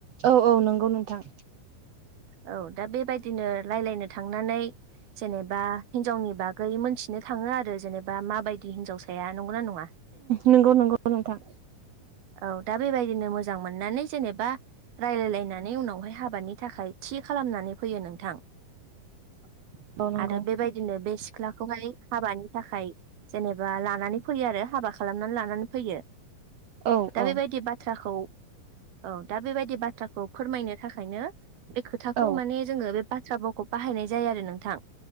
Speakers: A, on the right; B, on the right.
A: औ औ नंगौ नोंथां
B: औ दा बेबायदिनो रायज्लायनो थांनानै जेनेबा हिनजावनि बागै मोनथिनो थाङो आरो जेनेबा माबायदि हिनजावसाया नंगौना नङा
A: नंगौ नंगौ नोंथां
B: औ दा बेबायदिनो मोजां मोननानै जेनेबा रायजलायलायनानै उनावहाय हाबानि थाखाय थि थि खालामनानै फैयो नोंथां।
A: <inaudible> औ नंगौ
B: आरो बेबायदिनो बे सिख्ला खौहाय हाबानि थाखाय जेनेबा लानानै फैयो आरो हाबा खालामनानै लानानै फैयो।
A: औ
B: दा
A: औ
B: बेबायदि बाथ्राखौ औ दा बेबायदि बाथ्राखौ फोरमायनो थाखायनो बे खोथाखौ
A: औ
B: माने जोङो बे बाथ्राावखौ बाहायनाय जायो आरो नोंथां।